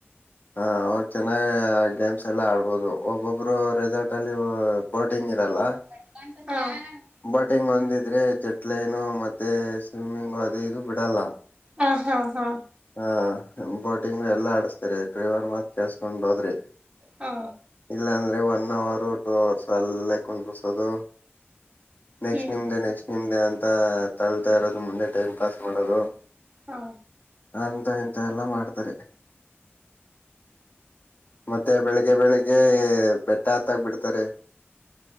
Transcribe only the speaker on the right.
ಹ
ಹ ಹಾ ಹಾ.
ಹಾ
ಹ್ಮ್
ಹಾ